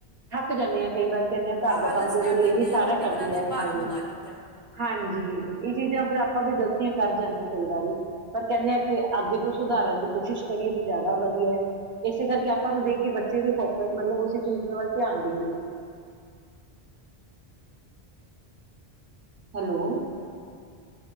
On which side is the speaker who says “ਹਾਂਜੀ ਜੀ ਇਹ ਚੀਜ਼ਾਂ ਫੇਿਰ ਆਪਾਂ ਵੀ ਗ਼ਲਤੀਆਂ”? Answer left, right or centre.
Right